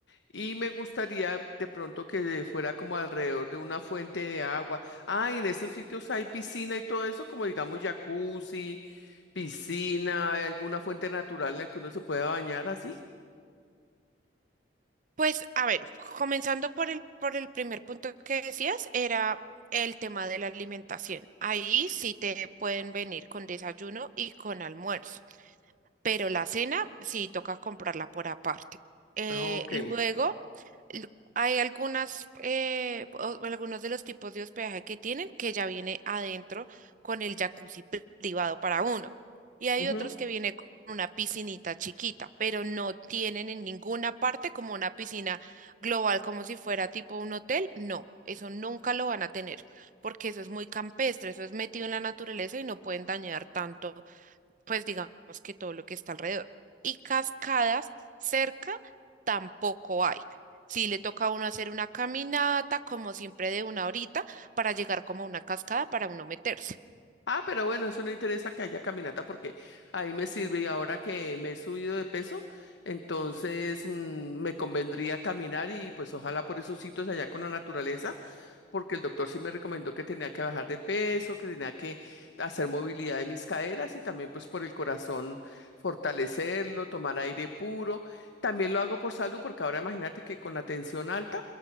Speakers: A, on the left (about 75°); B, on the right (about 45°).
A: y me gustaría de pronto que fuera como alrededor de una fuente de agua. Ah, y en esos sitios hay piscina y todo eso, como digamos jacuzzi piscina, hay alguna fuente natural en la que uno se pueda bañar así.
B: Pues, a ver, comenzando por el, por el primer punto que decías, era el tema de la alimentación. Ahí sí te pueden venir con desayuno y con almuerzo, pero la cena sí toca comprarla por aparte. Eh,
A: Ah, Ok.
B: luego l- Hay algunas, eh, o- o algunos de los tipos de hospedaje que tienen que ya viene adentro con el jacuzzi pri- privado para uno. Y hay
A: Ujú.
B: otros que viene con una piscinita chiquita, pero no tienen en ninguna parte como una piscina global, como si fuera tipo un hotel. No, eso nunca lo van a tener, porque eso es muy campestre, eso es metido en la naturaleza y no pueden dañar tanto pues digamos que todo lo que está alrededor. Y cascadas cerca tampoco hay. Sí le toca a uno hacer una caminata, como siempre, de una horita para llegar como a una cascada para uno meterse.
A: Ah, pero bueno, eso no interesa que haya caminata porque ahí me sirve y ahora que me he subido de peso, entonces mm, me convendría caminar y pues ojalá por esos sitios allá con la naturaleza porque el doctor sí me recomendó que tenía que bajar de peso, que tenía que hacer movilidad de mis caderas y también pues por el corazón fortalecerlo, tomar aire puro. También lo hago por salud porque ahora imagínate que con la tensión alta,